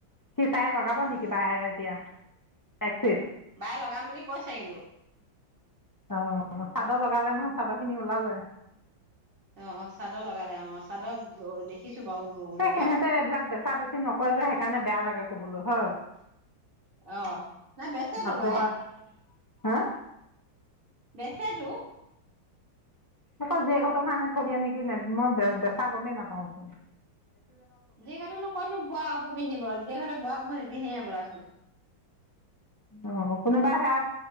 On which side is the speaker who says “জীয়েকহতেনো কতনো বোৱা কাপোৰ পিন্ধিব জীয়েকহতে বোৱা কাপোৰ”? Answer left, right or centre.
Right